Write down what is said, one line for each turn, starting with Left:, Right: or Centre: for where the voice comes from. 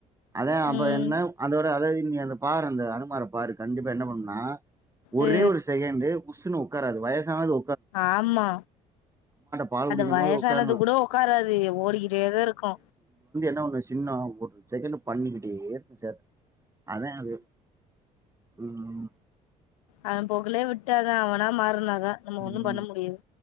Right: அதா அப்பற
Left: ம்
Right: என்ன அதோட அத நீ அத பாரு அந்த அனுமார பாரு கண்டிப்பா என்ன பண்ணுனா ஒரே
Left: அ
Right: ஒரு செகண்டு் உஸ்ஸுனு உக்காராது வயசானா அது
Left: ஆமா
Right: பால்
Left: அது
Right: குடிக்கும்
Left: வயசானது
Right: போது உட்காரணும்
Left: கூட உக்காராது ஓடிக்கிட்டேதா இருக்கு
Right: து என்ன ஒண்ணு சின்ன ஒரு செகண்ட் பண்ணிக்கிட்டே இருக்கு சேட்ட அதா அது ம்
Left: அவ போக்குலயே விட்டு அ து அவனா மாறுனாதா நம்ம
Right: ம்.
Left: ஒண்ணும் பண்ண முடியாது